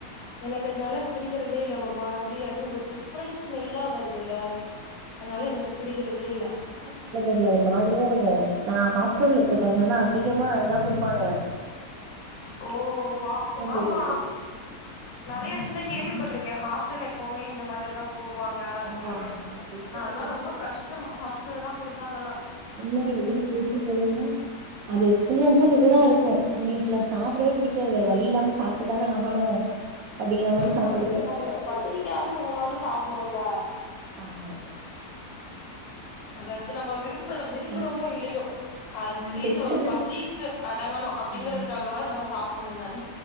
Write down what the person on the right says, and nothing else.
அதா தெர்ல ஒரு மாதிரியா இருக்கு நா ஹாஸ்டல்ல இருக்க டைம்லலா அதிகமா அதா கொடுப்பாங்க
போயிடுச்சு
ஆமா வெஜிடபிள்
<unintelligible> டிஷ்சு சொல்லுங்க அது ஃபுல் அண்ட் ஃபுல் இதுதா இருக்கு மேல ஃபுல்லா சாப்டவே புடிக்காது வேற வழி இல்லாம சாப்ட்டு தான ஆகணு அப்டிங்கிற
மாரி சாப்புட்றது
ஆமா
இது
வெஜிடபிள்
ரைஸ்ல
ஆ இல்ல வெஜிடபிள்
ம்